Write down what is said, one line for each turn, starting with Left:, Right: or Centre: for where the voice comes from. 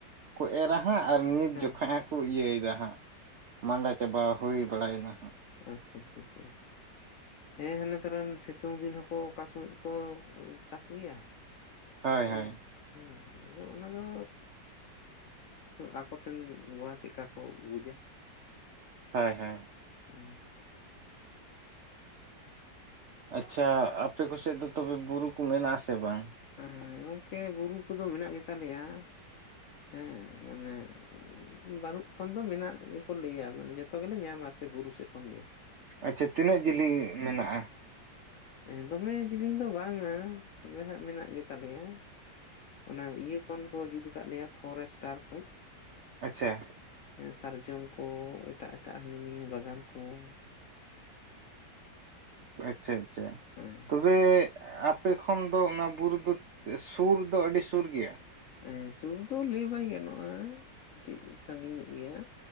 Right: ᱠᱚ ᱮᱨᱟ ᱦᱟᱸᱜ ᱟᱨ ᱱᱤᱛ
Left: ᱦᱮᱸ
Right: ᱡᱚᱠᱷᱚᱡ ᱦᱟᱸᱜ ᱠᱚ ᱤᱭᱟᱹᱭᱮᱫᱟ ᱦᱟᱸᱜ ᱢᱟᱸᱰᱟ ᱪᱟᱵᱟ ᱦᱩᱭ ᱵᱟᱲᱟᱭᱮᱱᱟ ᱦᱟᱸᱜ ᱾
Left: ᱟᱪᱪᱷᱟ ᱟᱪᱪᱷᱟ ᱟᱪᱪᱷᱟ ᱾ ᱦᱮᱸ ᱦᱮᱸ ᱱᱮᱛᱟᱨᱟᱱ ᱥᱤᱛᱩᱝ ᱫᱤᱱ ᱦᱚᱸᱠᱚ ᱟᱠᱟᱥᱢᱚᱡ ᱠᱚ ᱪᱟᱥ ᱜᱮᱭᱟ
Right: ᱦᱳᱭ
Left: ᱦᱮᱸ
Right: ᱦᱳᱭ
Left: ᱦᱮᱸ ᱟᱫᱚ ᱚᱱᱟ ᱫᱚᱻ ᱟᱠᱚ ᱴᱷᱮᱱ ᱜᱚᱲᱟ ᱪᱮᱫᱠᱟ ᱠᱚ ᱵᱩᱡᱟ ᱾
Right: ᱦᱳᱭ ᱦᱳᱭ ᱾
Left: ᱦᱮᱸ᱾
Right: ᱟᱪᱪᱷᱟ ᱟᱯᱮ ᱠᱚᱥᱮᱫ ᱫᱚ ᱛᱚᱵᱮ ᱵᱩᱨᱩ ᱠᱚ ᱢᱮᱱᱟᱜᱼᱟ ᱥᱮ ᱵᱟᱝ?
Left: ᱦᱮᱸ ᱜᱚᱢᱠᱮ ᱵᱩᱨᱩ ᱠᱚᱫᱚ ᱢᱮᱱᱟᱜ ᱜᱮ ᱛᱟᱞᱮᱭᱟ ᱦᱮᱸ ᱢᱟᱱᱮ ᱵᱟᱹᱱᱩᱜ ᱠᱷᱚᱱ ᱫᱚ ᱢᱮᱱᱟᱜ ᱜᱮᱠᱚ ᱞᱟᱹᱭᱟ ᱢᱟᱱᱮ ᱡᱚ ᱡᱚᱛᱚ ᱜᱮᱞᱮ ᱧᱟᱢᱟ ᱥᱮ ᱵᱩᱨᱩ ᱥᱮᱫ ᱠᱷᱚᱱ ᱜᱮ ᱾
Right: ᱟᱪᱪᱷᱟ ᱛᱤᱱᱟᱹᱜ ᱡᱤᱞᱤᱧ ᱢᱮᱱᱟᱜᱼᱟ?
Left: ᱮᱸ ᱫᱚᱢᱮ ᱡᱤᱞᱤᱧ ᱫᱚ ᱵᱟᱝᱟ ᱛᱚᱵᱮ ᱦᱟᱸᱜ ᱢᱮᱱᱟᱜ ᱜᱮ ᱛᱟᱞᱮᱭᱟ ᱚᱱᱟ ᱤᱭᱟᱹ ᱠᱷᱚᱱ ᱠᱚ ᱡᱩᱛ ᱟᱠᱟᱫ ᱞᱮᱭᱟ ᱯᱷᱚᱨᱮᱥᱴᱟᱨ ᱠᱷᱚᱡ ᱾
Right: ᱟᱪᱪᱷᱟ ᱾
Left: ᱦᱮᱸ ᱥᱟᱨᱡᱚᱢ ᱠᱚ ᱮᱴᱟᱜ ᱮᱴᱟᱜ ᱦᱤᱱᱟᱹ ᱱᱤᱭᱟᱹ ᱵᱟᱜᱟᱱ ᱠᱚ ᱾
Right: ᱟᱪᱪᱷᱟ ᱟᱪᱪᱷᱟ ᱾
Left: ᱦᱮᱸ ᱾
Right: ᱛᱚᱵᱮ ᱟᱯᱮ ᱠᱷᱚᱱ ᱫᱚ ᱚᱱᱟ ᱵᱩᱨᱩ ᱫᱚ ᱥᱩᱨ ᱫᱚ ᱟᱹᱰᱤ ᱥᱩᱨ ᱜᱮᱭᱟ?
Left: ᱮᱸ ᱥᱩᱨ ᱫᱚ ᱞᱟᱹᱭ ᱵᱟᱭ ᱜᱟᱱᱚᱜᱼᱟ ᱠᱟᱹᱴᱤᱡ ᱥᱟᱺᱜᱤᱧ ᱧᱚᱜ ᱜᱮᱭᱟ,